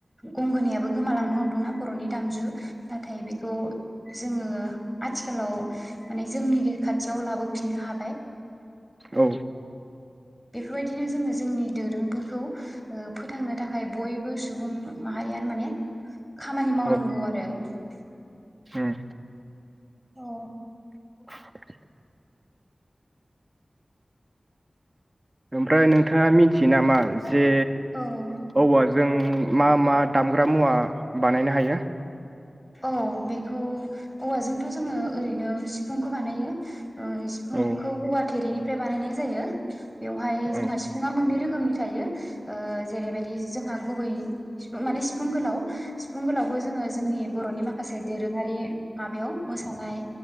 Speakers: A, in the centre; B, on the right.
A: गंगोनायाबो गोमालांनो हमदोंना बर'नि दामजु नाथाय बेखौ जोङो आथिखालाव माने जोंनि <unintelligible> खाथियाव लाबोफिननो हाबाय।
B: औ
A: बेफोरबायदिनो जोङो जोंनि दोरोंफोरखौ फोथांनो थाखाय बयबो सुबुं माहारियानो माने खामानि मावनांगौ
B: औ।
A: आरो <unintelligible>
B: उम।
A: औ
B: <unintelligible> ओमफ्राय नोंथाङा मिथियो नामा? जे
A: औ
B: औवा जों मा मा दामग्रा मुवा बानायनो हायो?
A: औ बेखौ औवाजोंथ' जोङो ओरैनो सिफुंखौ बानायो। सिफुंखौ
B: औ
A: औवा थेरैनि फ्राय बानायनाय जायो। बेवहाय
B: औ
A: जोंहा सिफुङा मोननै रोखोमनि रोखोमनि थायो। ओ जेरैबायदि जोंहा गुबै सिफुं माने सिफुं गोलाव सिफुं गोलावखौ जोङो जोंनि बर'नि माखासे दोरोङारि माबायाव मोसानाय